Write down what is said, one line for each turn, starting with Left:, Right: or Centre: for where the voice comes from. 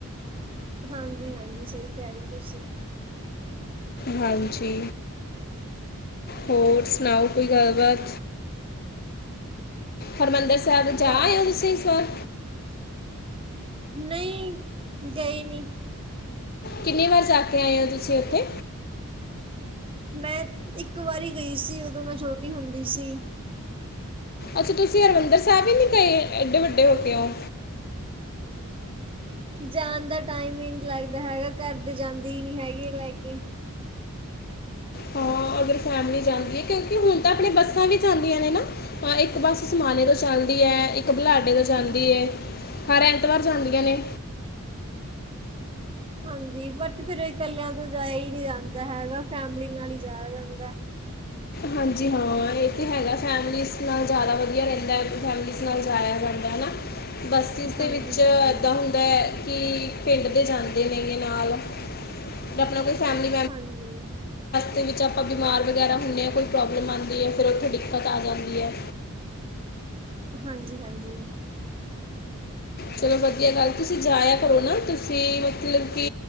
Right: ਹਾਂਜੀ- ਹਾਂਜੀ, ਸਹੀ ਕਹਿ ਰਹੇ ਹੋ ਤੁਸੀਂ।
Left: ਹਾਂਜੀ, ਹੋਰ ਸੁਣਾਓ, ਕੋਈ ਗੱਲਬਾਤ ਹਰਿਮੰਦਰ ਸਾਹਿਬ ਜਾ
Right: ਦ
Left: ਆਇਓ, ਤੁਸੀ ਇਸ ਵਾਰ।
Right: ਨਈ ਗਈ ਨੀ।
Left: ਕਿੰਨੀ ਵਾਰ ਜਾ ਕੇ ਆਏ ਓ ਤੁਸੀਂ ਓਥੇ?
Right: ਮੈਂ ਇੱਕ ਵਾਰੀ ਗਈ ਸੀ ਉਦੋਂ ਮੈਂ ਛੋਟੀ ਹੁੰਦੀ ਸੀ।
Left: ਅੱਛਾ, ਤੁਸੀਂ ਹਰਿਮੰਦਰ ਸਾਬ ਈ ਨੀ ਗਏ ਏਡੇ ਵੱਡੇ ਹੋਗੇ ਓ।
Right: ਜਾਣ ਦਾ ਟਾਈਮ ਈ ਨੀ ਲੱਗਦਾ ਹੈਗਾ ਘਰ ਦੇ ਜਾਂਦੇ ਈ ਨੀ ਹੈਗੇ ਲੈ ਕੇ।
Left: ਹਾਂ ਅਗਰ ਫੈਮਲੀ ਜਾਂਦੀ ਐ ਕਿਉਂਕੀ ਹੁਣ ਤਾਂ ਆਪਣੇ ਬੱਸਾਂ ਵੀ ਜਾਂਦੀਆਂ ਨੇ ਨਾ। ਹਾਂ ਇੱਕ ਬਸ ਸਮਾਨੇ ਤੋਂ ਚੱਲਦੀ ਐ, ਇੱਕ ਬੁੱਲਾਡੇ ਤੋਂ ਜਾਂਦੀ ਐ। ਹਰ ਐਤਵਾਰ ਜਾਂਦੀਆਂ ਨੇ।
Right: ਹਾਂਜੀ, ਬਟ ਫਿਰ ਇਕੱਲਿਆਂ ਤੋਂ ਜਾਇਆ ਈ ਨੀ ਜਾਂਦਾ ਹੈਗਾ ਫੈਮਲੀ ਨਾਲ ਈ ਜਾਇਆ ਜਾਂਦੈ।
Left: ਹਾਂਜੀ ਹਾਂ ਏ ਤੇ ਹੈਗਾ ਫੈਮਲੀਜ਼ ਨਾਲ ਜਾਦਾ ਵਧੀਆ ਰੈਂਦਾ ਫੈਮਲੀਨ ਨਾਲ ਜਾਇਆ ਜਾਂਦਾ ਹੈਨਾ। ਬੱਸਿਸ ਦੇ
Right: ਹਾਂਜੀ
Left: ਵਿੱਚ
Right: ਹਾਂਜੀ
Left: ਏਦਾਂ ਹੁੰਦੈ ਕੀ ਪਿੰਡ ਦੇ ਜਾਂਦੇ ਨੇ ਗੇ ਨਾਲ। ਆਪਣਾ ਕੋਈ ਫੈਮਿਲੀ
Right: ਹਾਂਜੀ।
Left: ਦੇ ਵਿੱਚ ਆਪਾਂ ਬਿਮਾਰ ਵਗੈਰਾ ਹੁੰਨੇ ਆ, ਕੋਈ ਪ੍ਰੋਬਲਮ ਆਂਦੀ ਐ ਫੇਰ ਉੱਥੇ ਡੀ ਡੀਕਤ ਆ ਜਾਂਦੀ ਐ।
Right: ਹਾਂਜੀ-ਹਾਂਜੀ।
Left: ਚਲੋ ਵਧੀਆ ਗੱਲ ਤੁਸੀਂ ਜਾਇਆ ਕਰੋ, ਨਾ ਤੁਸੀਂ ਮਤਲਬ ਕੀ